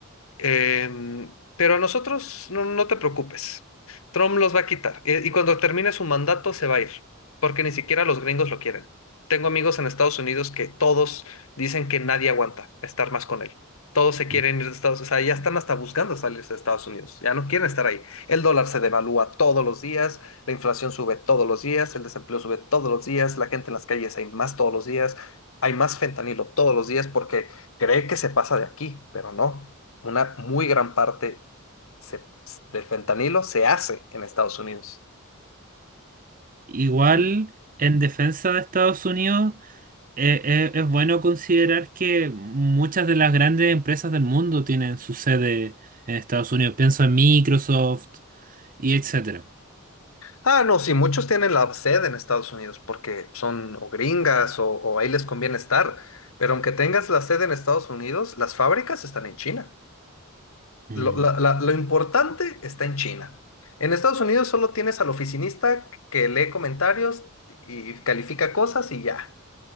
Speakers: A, on the left; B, on the right.
A: Em, pero a nosotros no, no te preocupes. Trump los va a quitar. eh, Y, cuando termine su mandato se va a ir, porque ni siquiera los gringos lo quieren. Tengo amigos en Estados Unidos que todos dicen que nadie aguanta estar más con él. Todos se quieren
B: Ujú.
A: ir de Estados Unidos. O sea, ya están hasta buscando salirse de Estados Unidos. Ya no quieren estar ahí. El dólar se devalúa todos los días, la inflación sube todos los días, el desempleo sube todos los días, la gente en las calles hay más todos los días, hay más fentanilo todos los días porque cree que se pasa de aquí, pero no una muy gran parte se- del fentanilo se hace en Estados Unidos.
B: Igual,
A: Mm.
B: en defensa de Estados Unidos, eh, eh, es bueno considerar que muchas de las grandes empresas del mundo tienen su sede en Estados Unidos. Pienso en Microsoft, y etcétera.
A: Ah, no, sí, muchos tienen la sede en Estados Unidos porque son o gringas o, o ahí les conviene estar. Pero aunque tengas la sede en Estados Unidos, las fábricas están en China.
B: Mm.
A: Lo, la- la- lo importante está en China. En Estados Unidos solo tienes al oficinista que lee comentarios y califica cosas y ya.